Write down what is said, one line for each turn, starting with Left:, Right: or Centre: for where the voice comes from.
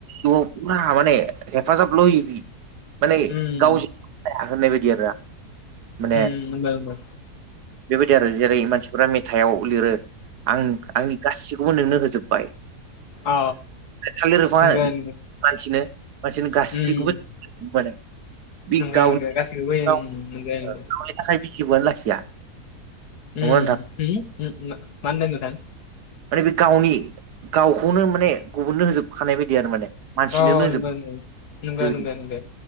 Right: न'आव फुरा माने हेफाजाबल' होयो बि माने
Left: उम
Right: गावजों होननाय बायदि आरोना माने
Left: उम नंगौ नंगौ
Right: बेबायदि आरो जेरै मानसिफोरा मेथाइआव लिरो आं आंनि गासिखौबो नोंनो होजोब्बाय
Left: अ
Right: थालिर बिफाङा
Left: नंगौ नंगौ
Right: मानसिनो मानसिनो गासैखौबो
Left: उम
Right: माने <unintelligible>
Left: नंगौ नंगौ गासैखौबो होयो उम, नंगौ नंगौ
Right: लाखिया
Left: मा
Right: नंगौना नोंथां
Left: होनदो नोंथां
Right: माने बे गावनि गावखौनो माने गुबुननो होजोबखानाय बायदि आरो माने मानसिनोनो
Left: औ
Right: होजोब
Left: नंगौ नंगौ नंगौ
Right: बेबायदि
Left: नंगौ नंगौ